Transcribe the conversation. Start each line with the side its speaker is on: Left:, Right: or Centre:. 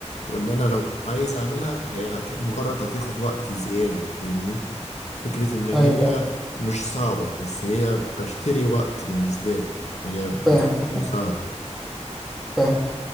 Left: وإن أنا لو عايز أعملها هي هت... مجرد هتاخد وقت زيادة فاهمني فكرة إن هي
Centre: ايوه فاهم
Left: مش صعبة بس هي بشتري وقت بالنسبة لي هي
Centre: فاهم
Left: وسيلة مساعدة
Centre: فاهم